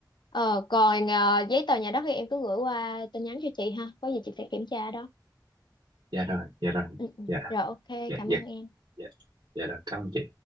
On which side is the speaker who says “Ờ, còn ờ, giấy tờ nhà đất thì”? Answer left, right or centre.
Left